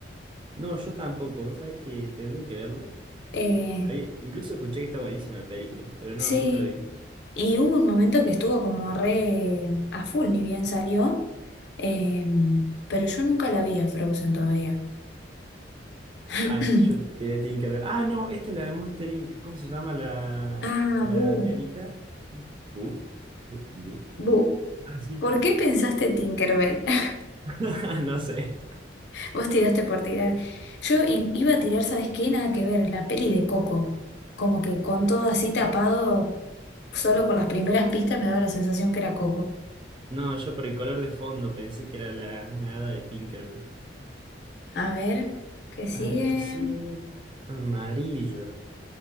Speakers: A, on the right (about 25°); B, on the left (about 65°).
A: No, yo tampoco. O sea que tendré que verla.
B: Eh,
A: Eh, ahí- incluso escuché que está buenísima la película, pero no,
B: sí,
A: nunca la vi.
B: y hubo un momento que estuvo como re a full, ni bien salió, em, pero yo nunca la vi a Frozen todavía. <clears throat>
A: Ay, yo te la tenía que ver. Ah, no, esta es la de Monster Inc. ¿Cómo se llama la,
B: Ah,
A: la
B: Bu,
A: nenita? Bu. ¿sí? Bu.
B: Bu,
A: Ah, sí.
B: ¿por qué pensaste Tinkerbell? <laughs>
A: <laughs> Ah, No sé.
B: Vos tiraste por tirar. Yo in- iba a tirar, ¿sabes qué? Nada que ver, la peli de Coco. Como que con todo así tapado, solo con las primeras pistas me daba la sensación que era Coco.
A: No, yo por el color de fondo pensé que era la, una hada de Tinkerbell.
B: A ver, ¿qué sigue?
A: A ver qué sigue. Amarillo.